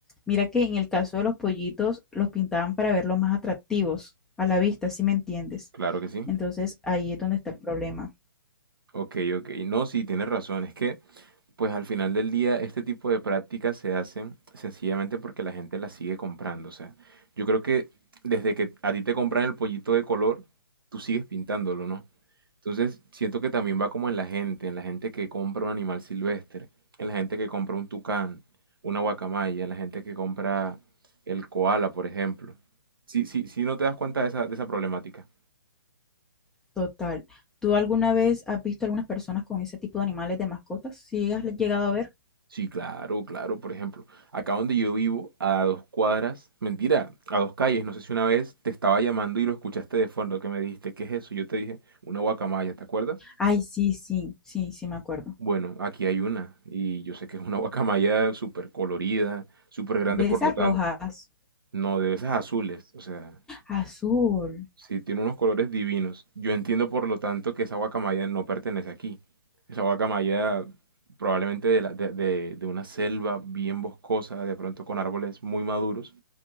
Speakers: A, in the centre; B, on the right.
A: Mira que en el caso de los pollitos, los pintaban para verlos más atractivos a la vista, si me entiendes.
B: Claro que sí.
A: Entonces, ahí es donde está el problema.
B: Ok, ok. No, sí, tienes razón. Es que, pues al final del día, este tipo de prácticas se hacen sencillamente porque la gente las sigue comprando. O sea, yo creo que desde que a ti te compran el pollito de color, tú sigues pintándolo, ¿no? Entonces, siento que también va como en la gente, en la gente que compra un animal silvestre, en la gente que compra un tucán, una guacamaya, en la gente que compra el koala, por ejemplo. Sí, sí, sí, no te das cuenta de esa, de esa problemática.
A: Total. ¿Tú alguna vez has visto algunas personas con ese tipo de animales de mascotas? ¿Sí has llegado a ver?
B: Sí, claro, claro. Por ejemplo, acá donde yo vivo, a dos cuadras, mentira, a dos calles, no sé si una vez te estaba llamando y lo escuchaste de fondo, que me dijiste, ¿qué es eso? Yo te dije, una guacamaya, ¿te acuerdas?
A: Ay, sí, sí, sí, sí, me acuerdo.
B: Bueno, aquí hay una, y yo sé que es una <laughs> guacamaya súper colorida, súper grande,
A: De
B: por
A: esas
B: lo tanto,
A: rojas.
B: no, de esas azules, o sea,
A: Azul.
B: Sí, tiene unos colores divinos. Yo entiendo, por lo tanto, que esa guacamaya no pertenece aquí. Esa guacamaya probablemente de, la- de- de- de una selva bien boscosa, de pronto con árboles muy maduros,